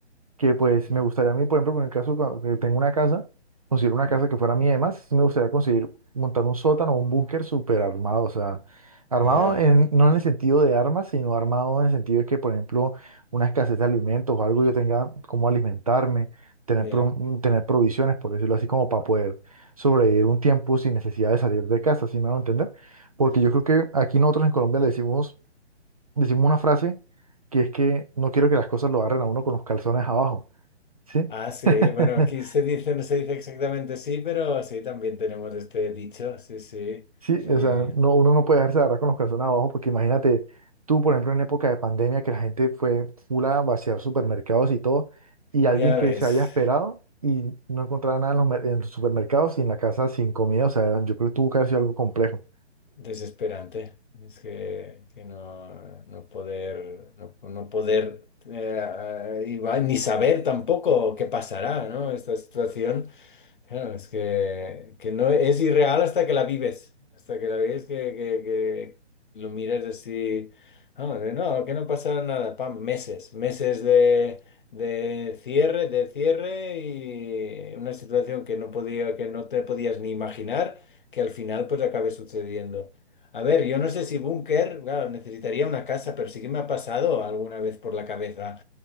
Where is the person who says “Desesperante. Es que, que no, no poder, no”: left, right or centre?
Left